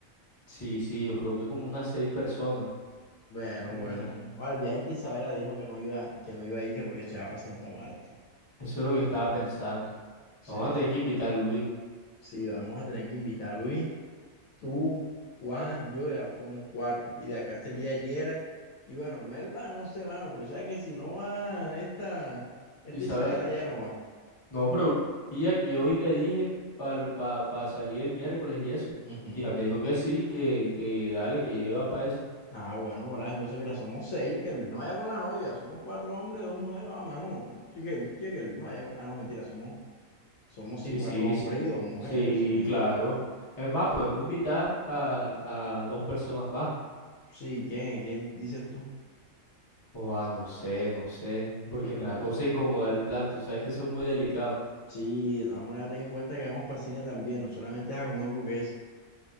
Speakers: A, on the left (about 20°); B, on the left (about 75°).
A: Sí, sí, yo creo que como unas seis personas.
B: Bueno,
A: Mm,
B: bueno. Al viaje que Isabela dijo que no iba, que no iba a ir, que porque se va para Santa Marta.
A: eso es lo que estaba pensando.
B: Sí.
A: Vamos a tener que invitar a Luis.
B: Sí, vamos a tener que invitar a Luis. Tú, Juan, yo ya somos cuatro. Y de acá sería
A: Ujú.
B: Yera. Y bueno, Melba, no sé, mano, porque sabes que si no va esta, esta
A: Isabela.
B: Isabela, ya no va.
A: No, pero pilla que hoy le dije para pa, pa salir el miércoles y eso.
B: Ujú.
A: Y ya me dijo que sí, que, que dale, que llega para esa.
B: Ah, bueno, Moral, entonces mira, somos seis, que Luis no vaya con la novia, somos cuatro hombres, dos mujeres, ah, mano, che, que, che, que Luis no vaya con... Ah, no, mentira, somos, somos sí,
A: Sí,
B: cuatro
A: sí,
B: hombres
A: sí.
B: y dos mujeres,
A: Sí,
B: sí.
A: claro. Es más, podemos invitar a, a dos personas más.
B: Sí, ¿quién, quién dices tú?
A: O a no sé, no sé.
B: <laughs>
A: Porque me da cosa incomodar el plan. Tú sabes que son muy delicados.
B: Sí, de todas maneras ten en cuenta que vamos para cine también, no solamente es a comer hamburguesas.